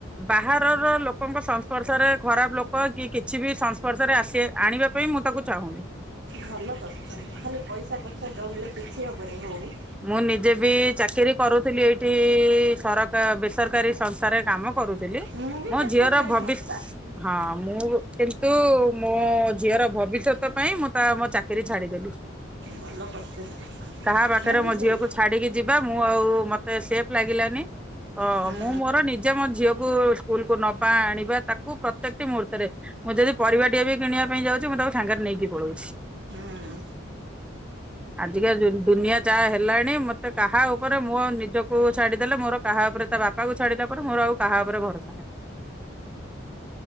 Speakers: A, in the centre; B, on the right.
A: ବାହାରର ଲୋକଙ୍କ ସଂସ୍ପର୍ଶରେ ଖରାପ ଲୋକ କି କିଛି ବି ସଂସ୍ପର୍ଶରେ ଆସି ଆଣିବା ବି ମୁଁ ତାକୁ ଚାହୁଁନି।
B: ଭଲ କରିଛନ୍ତି ଖାଲି ପଇସା ପଛରେ ଦଉଡିଲେ କିଛି ହବନି ଭଉଣୀ।
A: ମୁଁ ନିଜେ ବି ଚାକିରି କରୁଥିଲି ଏଇଠି ସରକା ବେସରକାରୀ ସଂସ୍ଥାରେ କାମ କରୁଥିଲି,
B: ମୁଁ ବି
A: ମୋ
B: ବେସରକାରୀ
A: ଝିଅର ଭବିଷ
B: ସଂସ୍ଥା
A: ହଁ ମୁଁ କିନ୍ତୁ ମୋ ଝିଅର ଭବିଷ୍ୟତ ପାଇଁ ମୁଁ ତା ମୋ ଚାକିରୀ ଛାଡିଦେଲି।
B: ଭଲ କରିଛନ୍ତି।
A: କାହା ପାଖରେ
B: ମୁଁ ବି
A: ମୋ
B: ସେଇ
A: ଝିଅକୁ ଛାଡିକି ଯିବା ମୁଁ ଆଉ ମତେ ସେଫ ଲାଗିଲାନି। ଅ
B: ହୁଁ
A: ମୁଁ ମୋର ନିଜେ ମୋ ଝିଅକୁ ସ୍କୁଲ କୁ ନବା ଆଣିବା ତାକୁ ପ୍ରତ୍ୟେକଟି ମୁହୂର୍ତ୍ତରେ ମୁଁ ଯଦି ପରିବା ଟିଏ ବି କିଣିବା ପାଇଁ ଯାଉଛି ମୁଁ ତାକୁ ସାଙ୍ଗେରେ ନେଇକି ପଳଉଚି।
B: ହୁଁ
A: ଖିଆ ଦୁନିଆ ଯାହା ହେଲାଣି ମତେ କାହା ଉପରେ ମୁଁ ଆ ନିଜକୁ ଛାଡ଼ିଦେଲେ ମୋର କାହା ଉପରେ ତା ବାପାକୁ ଛାଡ଼ିଲା ପରେ ମୋର ଆଉ କାହା ଉପରେ ଭରଷା ନାହିଁ।